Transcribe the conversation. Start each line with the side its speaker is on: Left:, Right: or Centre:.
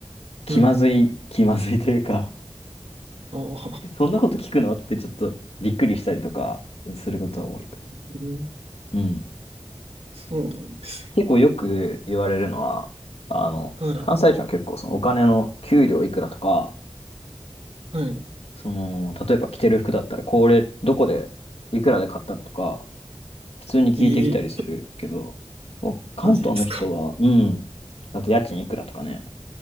Left: 気まずい、
Right: うん。
Left: 気まずい <laughs> というか
Right: ああ、
Left: <laughs> そんなこと聞くのってちょっとびっくりしたりとかすることは多い。
Right: <laughs> えー
Left: うん。
Right: そうなんですね。
Left: 結構よく言われるのは、あの、
Right: は
Left: 関西人は結構そのお金の給料いくらとか、
Right: い。はい。
Left: その、例えば着てる服だったらこれどこでいくらで買ったのとか、普通に聞いてきたりするけど、
Right: えー、
Left: もう関東の人は、
Right: マジですか。
Left: うん、あと家賃いくらとかね、